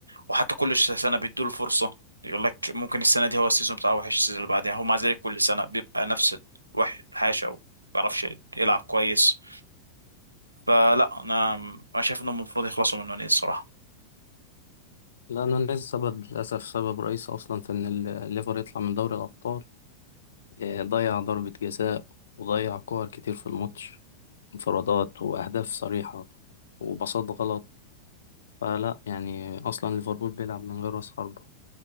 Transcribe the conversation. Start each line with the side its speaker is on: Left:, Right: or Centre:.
Right: وحتى كل ش- سنه بيدوا له فرصه يقول لك ممكن السنه دي هو السيزون بتاعه وحش السيزون اللي بعدها هو مع ذلك كل سنه بيبقى نفس الوحش الحاشا وما بيعرفش يلعب كويس فلا انا انا شايف انهم المفروض يخلصوا من نونيز الصراحه
Left: لأنه نيز سبب للأسف سبب رئيسي أصلا في إن الليفر يطلع من دوري الأبطال آه، ضيع ضربة جزاء وضيع كور كتير في الماتش انفرادات وأهداف صريحة وباصات غلط فلا يعني أصلا ليفربول بيلعب من غير رأس حربة